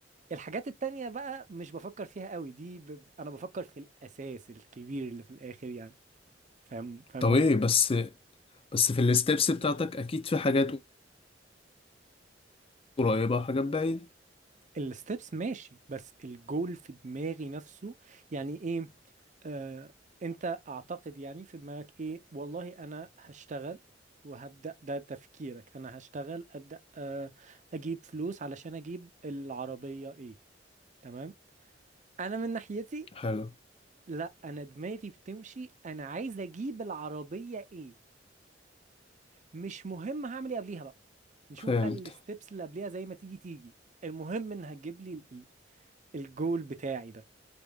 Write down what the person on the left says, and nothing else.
طب
ايه بس بس في الستبس بتاعتك اكيد في حاجات قريبة وحاجات بعيدة
حلو
فهمت